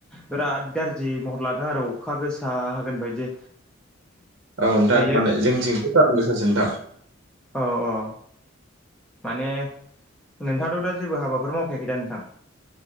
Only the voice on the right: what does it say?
औ नोंथां
माने जोंथिंथ' सानदुं गोसासो नोंथां